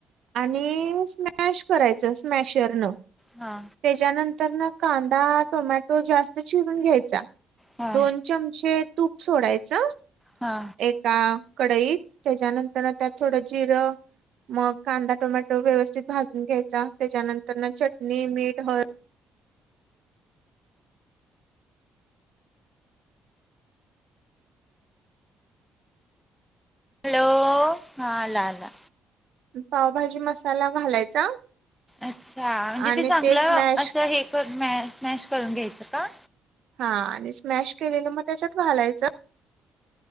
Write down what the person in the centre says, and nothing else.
हा
हा.
हा
हॅलो हा आला आला.
अच्छा म्हणजे
ते चांगलं
असं हे कर मॅश मॅश करून घ्यायचं का?